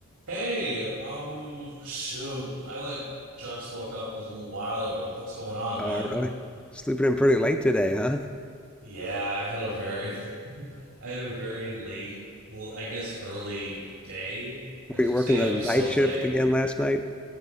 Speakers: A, on the right; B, in the centre.
A: Hey, um, shoot, I like just woke up a little while ago. What's going on,
B: Oh,
A: man?
B: really? Sleeping in pretty late today, huh?
A: Yeah, I had a very, <laughs> I had a very late, well, I guess early day. I
B: Were
A: stayed
B: you working the
A: up
B: night
A: so late.
B: shift again last night?